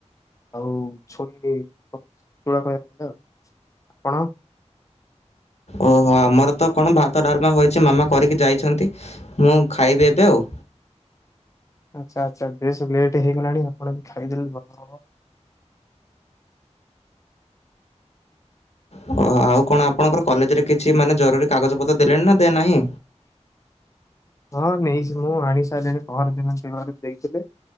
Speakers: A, on the left; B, on the left.
A: ଆଉ ଛୁଇଁ ତୁଳା କହ ଗ ଆଉ ଆ କଣ
B: ଓହୋ ଆମର ତ କଣ ଭାତ ଡାଲମା ହେଛି ମାମା କରିକି ଯାଇଛନ୍ତି ମୁଁ ଖାଇବି ଏବେ ଆଉ।
A: ଆଚ୍ଛା ଆଚ୍ଛା ବେଶ ଲେଟ ହେଇଗଲାଣି ଆପଣ ଖାଇଦେଲେ ଭଲ ହବ।
B: ଓହୋ ଆଉ କଣ ଆପଣଙ୍କର କଲେଜରେ କିଛି ମାନେ ଜରୁରୀ କାଗଜପତ୍ର ଦେଲେଣି ନା ଦେ ନାହିଁ।
A: ହଁ ନେଇଛି ମୁଁ ଆଣି ସାରିଲିଣି ପହର ଦିନ ିବାରୁ ଦେଇଥିଲେ